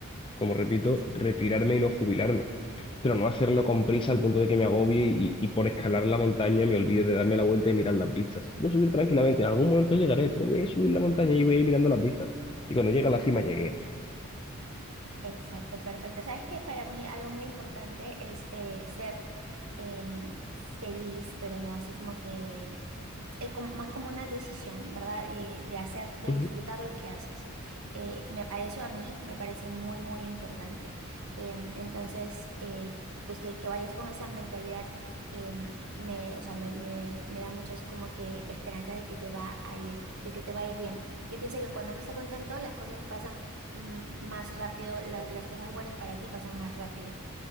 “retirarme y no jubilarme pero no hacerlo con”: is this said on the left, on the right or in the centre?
Left